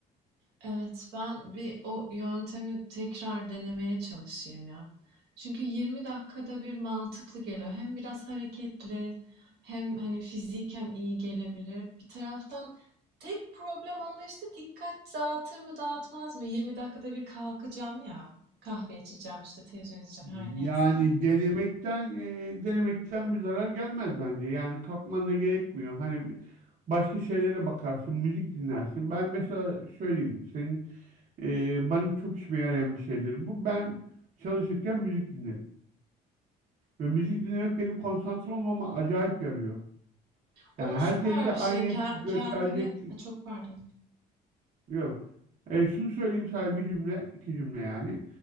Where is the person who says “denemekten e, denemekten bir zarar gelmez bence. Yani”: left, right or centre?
Right